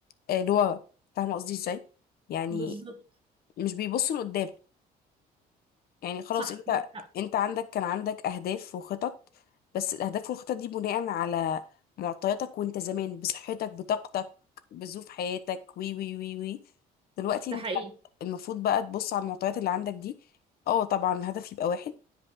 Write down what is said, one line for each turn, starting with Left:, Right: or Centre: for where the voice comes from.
Left: آه، لورا فاهمة قصدي ازاي يعني
Right: بالظبط
Left: مش بيبصوا لقدام يعني خلاص
Right: صح
Left: انت
Right: عندك حق
Left: انت عندك كان عندك اهداف وخطط بس الاهداف والخطط دي بناء على معطياتك وانت زمان بصحتك بطاقتك بظروف حياتك وي وي وي وي دلوقتي
Right: ده
Left: انت
Right: حقيقي
Left: المفروض بقى تبص على المعطيات اللي عندك دي اه طبعا الهدف يبقى واحد